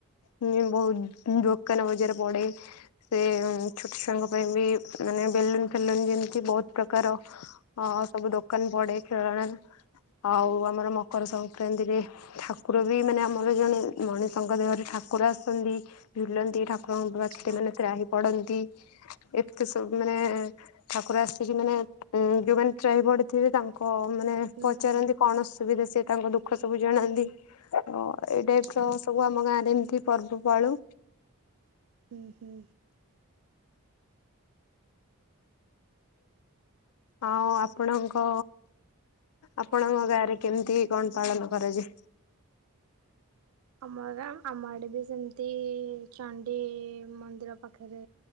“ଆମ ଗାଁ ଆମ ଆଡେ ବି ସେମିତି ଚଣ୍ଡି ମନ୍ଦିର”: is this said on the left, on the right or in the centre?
Right